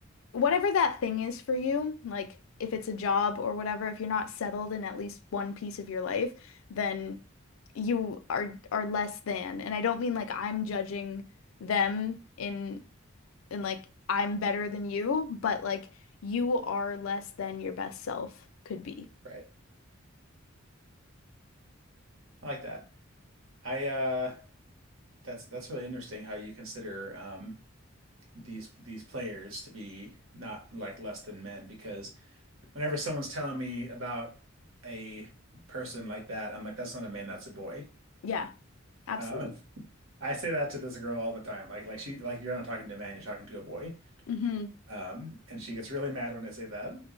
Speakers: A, on the left; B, on the right.
A: whatever that thing is for you, like if it's a job or whatever, if you're not settled in at least one piece of your life, then you are are less than. And I don't mean like I'm judging them in in like I'm better than you, but like you are less than your best self could be.
B: right. I like that. I uh that's that's really interesting how you consider um these these players to be not like less than men because whenever someone's telling me about a person like that, I'm like that's not a man, that's a boy.
A: Yeah, absolutely.
B: Uh, I say that to this girl all the time. Like like she like you're not talking to a man, you're talking to a boy.
A: hmm
B: Um, and she gets really mad when I say that,